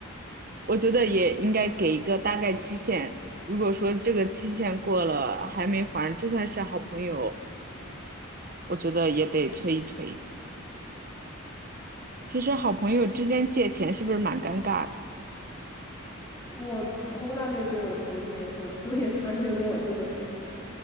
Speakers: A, on the right; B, on the left.
A: 我觉得也应该给一个大概期限。如果说这个期限过了还没还，就算是好朋友，我觉得也得催一催。其实好朋友之间借钱是不是蛮尴尬的？
B: 嗯，我从来没有跟我的朋友借过钱，我的朋友也从来没有跟我借过钱。